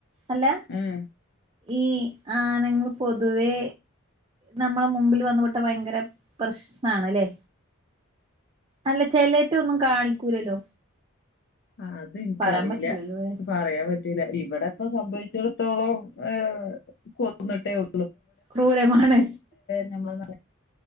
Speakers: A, on the right; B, on the left.
A: അല്ല
B: ഉം
A: ഈ ആനങ്ങൾ പൊതുവേ നമ്മളെ മുമ്പിൽ വന്ന വിട്ട ഭയങ്കര പ്രശ്നണല്ലേ അല്ല ചെലറ്റ ഒന്നും കാണിക്കൂലല്ലോ
B: അതെനിക്കറിയില്ല
A: പറയാൻ പറ്റില്ലല്ലോ അത്
B: പറയാൻ പറ്റൂല ഇവിടെ ഇപ്പ സംഭവിച്ച ത്തോളം ഏ കൊന്നിട്ടേ ഉ
A: ക്രൂരമാണ്
B: ഞമ്മള